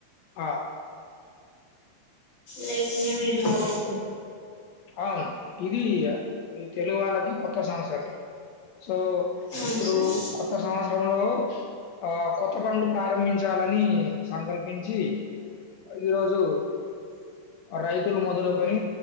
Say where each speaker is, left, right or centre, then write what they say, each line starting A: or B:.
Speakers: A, on the left (about 75°); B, on the left (about 55°).
A: ఆ
B: లైక్ న్యూ ఇయర్ లో లాగ ఇప్పుడు
A: ఆ ఇది ఈ తెలుగు వాళ్ళకి కొత్త సంవత్సరమే సో
B: అవును
A: ఇప్పుడు
B: సార్
A: కొత్త సంవత్సరంలో ఆ కొత్త పనులు ప్రారంభించాలని సంకల్పించి ఈరోజు <inaudible> మొదలుకొని